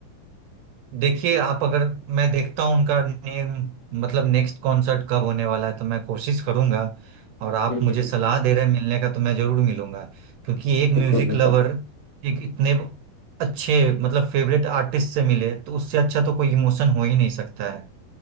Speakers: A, on the right (about 75°); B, on the left (about 55°).
A: देखिए आप अगर मैं देखता हूँ उनका ने, मतलब नेक्स्ट कॉन्सर्ट कब होने वाला है तो मैं कोशिश करूंगा और आप
B: बिल्कुल
A: मुझे
B: बिल्कुल
A: सलाह दे रहे हैं मिलने का तो मैं जरूर मिलूंगा क्योंकि एक
B: बिल्कुल
A: म्यूजिक
B: बिल्कुल
A: लवर एक इतने अच्छे मतलब फेवरेट आर्टिस्ट से मिले तो उससे अच्छा तो कोई इमोशन हो ही नहीं सकता है